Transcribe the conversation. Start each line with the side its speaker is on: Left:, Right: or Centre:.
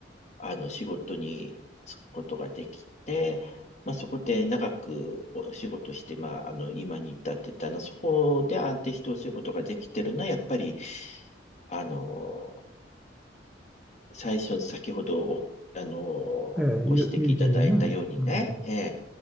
Left: あの、仕事に就くことができて、まあ、そこで長くお仕事して、まあ、あの、今に至ってたの、そこで安定してお仕事ができてるのは、やっぱり、あの、最初、先ほどお、あのー、
Centre: ええ、
Left: ご指摘いただいたようにね、
Centre: 友友人ね、うん。
Left: えー